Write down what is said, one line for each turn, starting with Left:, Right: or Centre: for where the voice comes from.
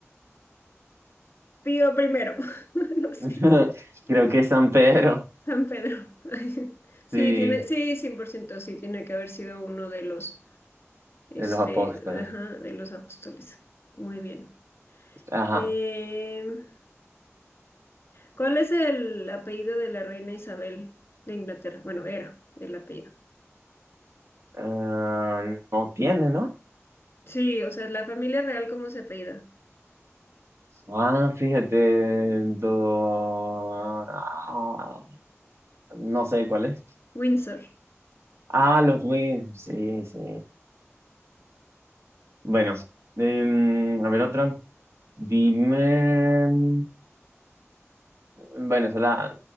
Left: Pío primero, <laughs> no sé.
Right: <laughs> Creo que es San Pedro.
Left: San Pedro. <laughs> Sí,
Right: Sí,
Left: tiene, sí, 100% sí, tiene que haber sido uno de los Este,
Right: de los apóstoles.
Left: ajá, de los apóstoles. Muy bien.
Right: Ajá.
Left: Em, ¿cuál es el apellido de la reina Isabel de Inglaterra? Bueno, era el apellido.
Right: Ah, no tiene, ¿no?
Left: Sí, o sea, la familia real, ¿cómo se apellida?
Right: Ah, fíjate. do- ah, no sé cuál es.
Left: Windsor,
Right: Ah, los mismos. Sí, sí. Bueno, em, a ver otra. Dime. Bueno, esa la.